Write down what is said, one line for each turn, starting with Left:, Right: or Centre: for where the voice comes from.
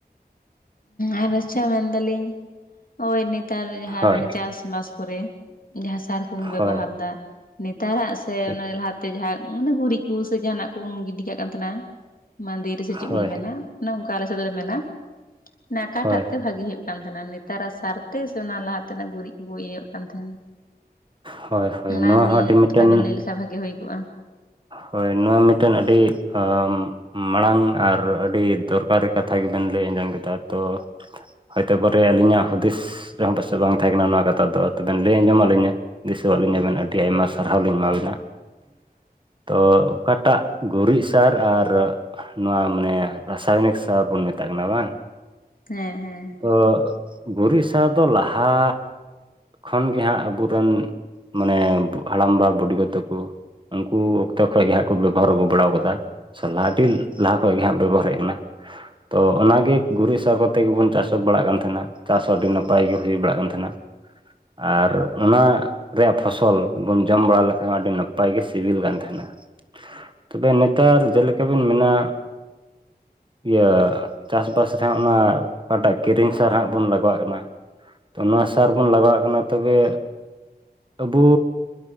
Left: ᱟᱨ ᱟᱪᱪᱷᱟ ᱢᱮᱱᱫᱟᱞᱤᱧ ᱱᱚᱜᱼᱚᱭ ᱱᱮᱛᱟᱨ ᱡᱟᱦᱟᱸ
Right: ᱦᱳᱭ
Left: ᱢᱟᱱᱮ ᱪᱟᱥ ᱵᱟᱥ ᱠᱚᱨᱮ ᱡᱟᱦᱟᱸ ᱥᱟᱨ ᱠᱚᱢ ᱵᱮᱵᱚᱦᱟᱨ
Right: ᱦᱳᱭ
Left: ᱫᱟ ᱱᱮᱛᱟᱨᱟᱜ ᱥᱮ
Right: ᱴᱷᱤᱠ
Left: ᱞᱟᱦᱟᱛᱮ ᱡᱟᱦᱟᱸ ᱢᱟᱱᱮ ᱜᱩᱨᱤᱡ ᱠᱚ ᱥᱮ ᱡᱟᱦᱱᱟᱜ ᱠᱚᱵᱚᱱ ᱜᱤᱰᱤ ᱠᱟᱜ ᱠᱟᱱ ᱛᱟᱦᱮᱱᱟ ᱾ ᱢᱟᱫᱮᱨ ᱥᱮ ᱪᱮᱫ
Right: ᱦᱳᱭ
Left: ᱵᱚᱱ ᱢᱮᱱᱟ ᱚᱱᱮ ᱚᱱᱠᱟ ᱟᱞᱮ ᱥᱮᱫ ᱫᱚᱞᱮ ᱢᱮᱱᱟ ᱢᱟᱱᱮ ᱚᱠᱟᱴᱟᱜ
Right: ᱦᱳᱭ
Left: ᱛᱮ ᱵᱷᱟᱜᱮ ᱦᱩᱭᱩᱜ ᱛᱟᱦᱮᱱᱟ ᱱᱮᱛᱟᱨᱟᱜ ᱥᱟᱨᱛᱮ ᱥᱮ ᱚᱱᱟ ᱞᱟᱦᱟ ᱛᱮᱱᱟᱜ ᱜᱩᱨᱤᱡ ᱠᱚᱠᱚ ᱤᱭᱟᱹᱜ ᱠᱟᱱ ᱛᱟᱦᱮᱫ ᱾
Right: ᱦᱳᱭ ᱦᱳᱭ
Left: ᱚᱱᱟ
Right: ᱱᱚᱣᱟ
Left: ᱱᱤᱭᱟᱹ
Right: ᱦᱚᱸ ᱟᱹᱰᱤ ᱢᱤᱫᱴᱮᱱ
Left: ᱛᱷᱚᱲᱟ ᱵᱮᱱ ᱞᱟᱹᱭ ᱞᱮᱠᱷᱟᱱ ᱵᱷᱟᱜᱤ ᱦᱩᱭ ᱠᱚᱜᱼᱟ
Right: ᱦᱳᱭ ᱱᱚᱣᱟ ᱢᱤᱫᱴᱮᱱ ᱟᱹᱰᱤ ᱟ ᱢᱟᱲᱟᱝ ᱟᱨ ᱟᱹᱰᱤ ᱫᱚᱨᱠᱟᱨᱤ ᱠᱟᱛᱷᱟ ᱜᱮᱵᱮᱱ ᱞᱟᱹᱭ ᱟᱸᱡᱚᱢ ᱠᱮᱫᱟ ᱛᱚ ᱦᱚᱭᱛᱳ ᱯᱚᱨᱮ ᱟᱹᱞᱤᱧᱟᱜ ᱦᱩᱫᱤᱥ ᱨᱮᱦᱚᱸ ᱯᱟᱥᱮᱡ ᱵᱟᱝ ᱛᱟᱦᱮᱸ ᱠᱟᱱᱟ ᱱᱚᱣᱟ ᱠᱟᱛᱷᱟ ᱫᱚ ᱛᱚᱵᱮ ᱞᱟᱹᱭ ᱟᱸᱡᱚᱢ ᱟᱹᱞᱤᱧᱟ ᱾ ᱫᱤᱥᱟᱹᱣᱟᱜ ᱞᱤᱧᱟᱵᱮᱱ ᱟᱹᱰᱤ ᱟᱭᱢᱟ ᱥᱟᱨᱦᱟᱣ ᱞᱤᱧ ᱮᱢᱟᱵᱤᱱᱟ ᱾ ᱛᱚ ᱚᱠᱟᱴᱟᱜ ᱜᱩᱨᱤᱡ ᱥᱟᱨ ᱟᱨ ᱱᱚᱣᱟ ᱢᱟᱱᱮ ᱨᱟᱥᱟᱭᱚᱱᱤᱠ ᱥᱟᱨ ᱵᱚᱱ ᱢᱮᱛᱟᱜ ᱠᱟᱱᱟ ᱵᱟᱝ
Left: ᱦᱮᱸ ᱦᱮᱸ
Right: ᱛᱚ ᱜᱩᱨᱤᱡ ᱫᱚ ᱞᱟᱦᱟ ᱠᱷᱚᱱ ᱜᱮ ᱦᱟᱸᱜ ᱟᱵᱚᱨᱮᱱ ᱢᱟᱱᱮ ᱦᱟᱲᱟᱢᱵᱟ ᱵᱩᱰᱤᱜᱚ ᱛᱟᱠᱚ ᱩᱱᱠᱩ ᱚᱠᱛᱮ ᱠᱷᱚᱡ ᱜᱮ ᱦᱟᱸᱜ ᱠᱚ ᱵᱮᱵᱚᱦᱟᱨ ᱟᱹᱜᱩ ᱵᱟᱲᱟ ᱟᱠᱟᱫᱟ ᱾ ᱥᱟ ᱟᱹᱰᱤ ᱞᱟᱦᱟ ᱠᱷᱚᱡ ᱜᱮ ᱦᱟᱸᱜ ᱵᱮᱵᱚᱦᱟᱨ ᱦᱮᱡ ᱠᱟᱱᱟ ᱛᱚ ᱚᱱᱟᱜᱮ ᱜᱩᱨᱤᱡ ᱥᱟᱨ ᱠᱚᱛᱮ ᱜᱮᱵᱚᱱ ᱪᱟᱥ ᱦᱚᱸ ᱵᱟᱲᱟᱜ ᱠᱟᱱ ᱛᱟᱦᱮᱱᱟ ᱪᱟᱥ ᱦᱚᱸ ᱟᱹᱰᱤ ᱱᱟᱯᱟᱭ ᱜᱮ ᱦᱩᱭ ᱵᱟᱲᱟᱜ ᱠᱟᱱ ᱛᱟᱦᱮᱱᱟ ᱟᱨ ᱚᱱᱟ ᱨᱮᱭᱟᱜ ᱯᱷᱚᱥᱚᱞ ᱵᱚᱱ ᱡᱚᱢ ᱵᱟᱲᱟ ᱞᱮᱠᱷᱟᱱ ᱟᱹᱰᱤ ᱱᱟᱯᱟᱭ ᱜᱮ ᱥᱤᱵᱤᱞ ᱠᱟᱱ ᱛᱟᱦᱮᱱᱟ ᱾ ᱛᱚᱵᱮ ᱱᱮᱛᱟᱨ ᱡᱮᱞᱮᱠᱟ ᱵᱤᱱ ᱢᱮᱱᱟ ᱤᱭᱟᱹ ᱪᱟᱥᱵᱟᱥ ᱨᱮ ᱚᱱᱟ ᱚᱠᱟᱴᱟᱜ ᱠᱤᱨᱤᱧ ᱥᱟᱨ ᱦᱟᱸᱜ ᱵᱚᱱ ᱞᱟᱜᱟᱣᱟᱜ ᱠᱟᱱᱟ ᱛᱚ ᱱᱚᱣᱟ ᱥᱟᱨ ᱵᱚᱱ ᱞᱟᱜᱟᱣᱟᱜ ᱠᱟᱱᱟ ᱛᱚᱵᱮ ᱟᱵᱚ